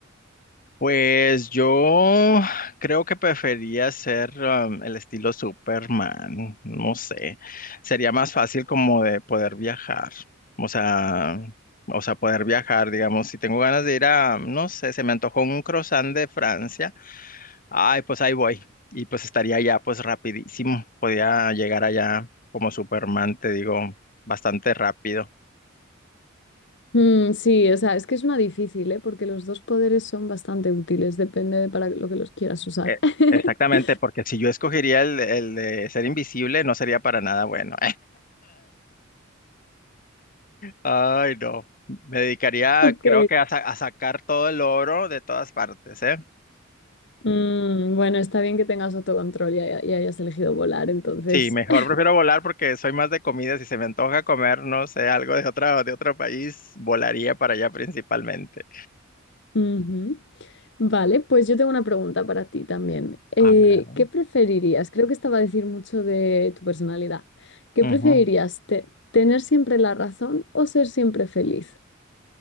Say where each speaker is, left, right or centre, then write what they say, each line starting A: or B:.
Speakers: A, on the left (about 45°); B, on the left (about 60°).
A: Pues yo creo que prefería ser um, el estilo Superman, no sé, sería más fácil como de poder viajar, o sea, o sea, poder viajar, digamos, si tengo ganas de ir a, no sé, se me antojó un croissant de Francia, ay, pues ahí voy, y pues estaría allá pues rapidísimo, podía llegar allá como Superman, te digo, bastante rápido.
B: Mm, sí, o sea, es que es una difícil, ¿eh? Porque los dos poderes son bastante útiles, depende de para lo que los quieras usar.
A: Eh,
B: <laughs>
A: Exactamente, porque si yo escogería el, el de ser invisible, no sería para nada bueno. Ay, no. Me dedicaría,
B: Ok.
A: creo que a, sa- a sacar todo el oro de todas partes, ¿eh?
B: Mm, bueno, está bien que tengas autocontrol y, haya- y hayas elegido volar, entonces.
A: Sí, mejor
B: <laughs>
A: prefiero volar porque soy más de comida. Si se me antoja comer, no sé, algo de otra, de otro país, volaría para allá principalmente.
B: Ujú. Vale, pues yo tengo una pregunta para ti también. Eh,
A: A ver.
B: ¿qué preferirías? Creo que esta va a decir mucho de tu personalidad. ¿Qué
A: Ujú.
B: preferirías? te- ¿tener siempre la razón o ser siempre feliz?